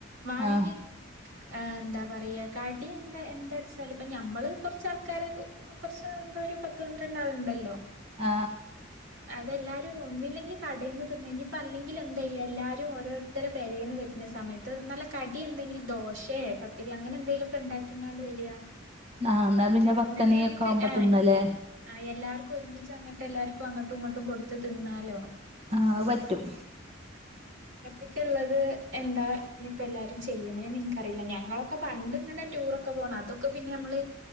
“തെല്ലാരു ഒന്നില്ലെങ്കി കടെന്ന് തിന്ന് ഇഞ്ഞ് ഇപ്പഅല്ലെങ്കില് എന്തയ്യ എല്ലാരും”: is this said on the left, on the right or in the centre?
Right